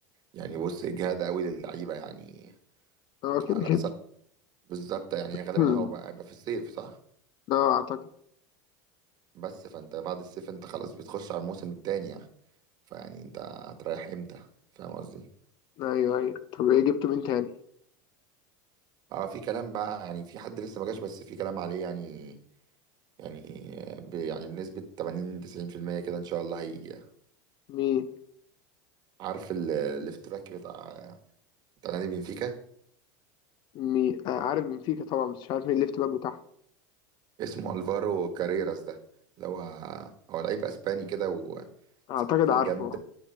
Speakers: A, on the right (about 45°); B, on the left (about 50°).
A: يعني بص اجهاد قوي للعيبه يعني
B: اه كده
A: انا
B: كده
A: اصلا بالظبط يعني غالبا
B: مم.
A: هو بقى بقى في الصيف صح
B: اه اعتقد
A: بس فانت بعد الصيف انت خلاص بتخش على الموسم التاني يعني فيعني انت هتريح امتى فاهم قصدي
B: ايوه ايوه طب ايه جبته مين تاني
A: اه في كلام بقى يعني في حد لسه ما جاش بس في كلام عليه يعني يعني ب يعني بنسبة 80 90% كده ان شاء الله هيجي يعني.
B: مين
A: عارف ال- الليفت باك بتاع بتاع نادي بنفيكا
B: مين آه عارف بنفيكا طبعا بس مش عارف مين الليفت باك بتاعه
A: اسمه الفارو كاريراس ده اللي هو هو لعيب اسباني كده ويعني
B: اعتقد عارفه
A: جامد